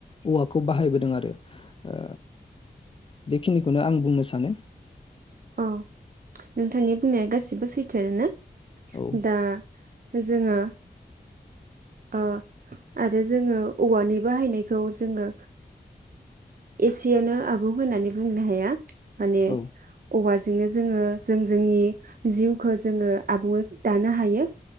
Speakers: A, on the left; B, on the right.
A: औवाखौ बाहायबोदों आरो ओ बेखिनिखौनो आं बुंनो सानो
B: औ नोंथांनि बुंनाया गासिबो सैथोयानो ना
A: औ
B: दा जोङो ओ आरो जोङो औवानि बाहायनायखौ जोङो एसेयावनो आबौ होननानै बुंनो हाया माने
A: औ
B: औवाजोंनो जोङो जों जोंनि जिउखौ जोङो आबुङै दानो हायो